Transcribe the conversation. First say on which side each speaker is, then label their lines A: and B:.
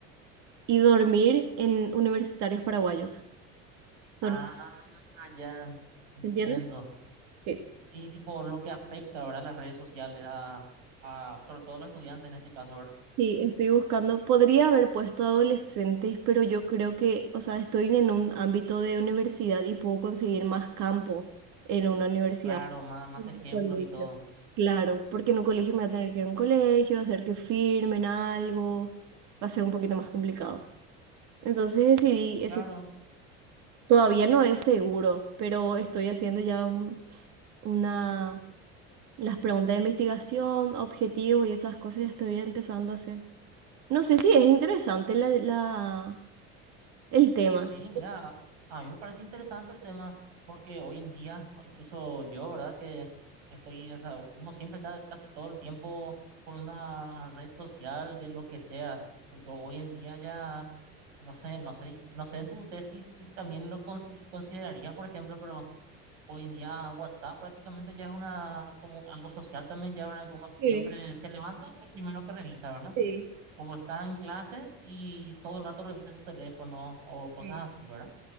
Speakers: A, on the right (about 60°); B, on the right (about 85°).
A: Y dormir en universitarios paraguayos.
B: Ah,
A: Dor-
B: ya entiendo.
A: ¿Se entiende? Sí.
B: Sí, tipo lo que afecta, ¿verdad? Las redes sociales a, a sobre todo a los estudiantes en este caso, ¿verdad?
A: Sí, estoy buscando. Podría haber puesto adolescentes, pero yo creo que, o sea, estoy en un ámbito de universidad y puedo conseguir más campo en una universidad.
B: Claro, más, más
A: en
B: ejemplos
A: un colegio.
B: y todo.
A: Claro, porque en un colegio me voy a tener que ir a un colegio, hacer que firmen algo, va a ser un poquito más complicado. Entonces decidí, ese
B: Claro,
A: todavía no es seguro, pero estoy haciendo ya un- una, las preguntas de investigación, objetivos y esas cosas ya estoy empezando a hacer. No sé si es interesante la, la, el tema.
B: sí, mira, a mí me parece interesante el tema porque hoy en día, incluso yo, ¿verdad? Que estoy, o sea, uno siempre está casi todo el tiempo con una red social de lo que sea, porque hoy en día ya, no sé, no sé, no sé en tu tesis si también lo consi- considerarías, por ejemplo, pero Hoy en día WhatsApp prácticamente ya es una, como un- algo social también, ya ¿verdad? que uno siempre
A: Sí,
B: se levanta, lo primero que revisa, ¿verdad?
A: sí,
B: como está en clases y todo el rato revisa su teléfono o cosas
A: sí.
B: así, ¿verdad?